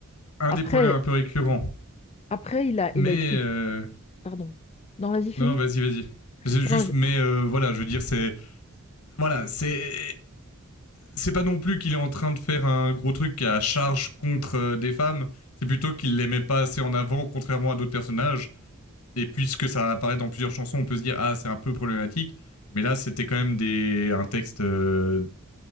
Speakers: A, on the left (about 80°); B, on the left (about 25°).
A: un
B: Après,
A: des problèmes un peu récurrents.
B: après, il a,
A: Mais
B: il a écrit.
A: euh,
B: Pardon. Non, vas-y, fini.
A: non, non, vas-y, vas-y. C'est juste,
B: Non,
A: mais euh, voilà, je veux dire, c'est voilà, c'est c'est pas non plus qu'il est en train de faire un gros truc à charge contre euh, des femmes. C'est plutôt qu'il les met pas assez en avant, contrairement à d'autres personnages. Et puisque ça apparaît dans plusieurs chansons, on peut se dire ah c'est un peu problématique. Mais là, c'était quand même des un texte euh,